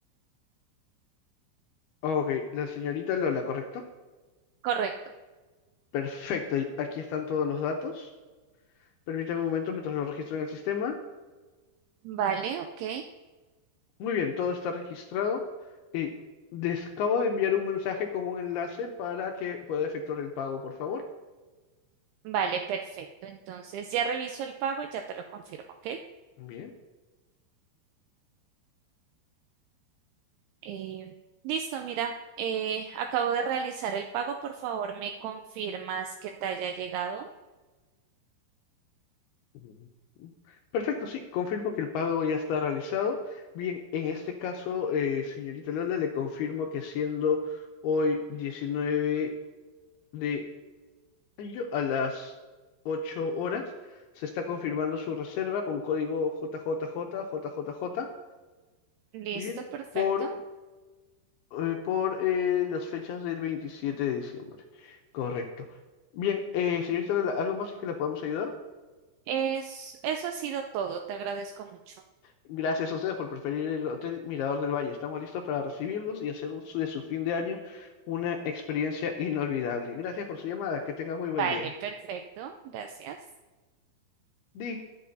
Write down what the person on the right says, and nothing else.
Correcto.
Vale, ok.
Vale, perfecto. Entonces ya reviso el pago y ya te lo confirmo, ¿ok?
Eh, listo, mira, eh, acabo de realizar el pago. Por favor, me confirmas que te haya llegado.
Listo,
perfecto.
Es, eso ha sido todo. Te agradezco mucho.
Vale,
perfecto. Gracias.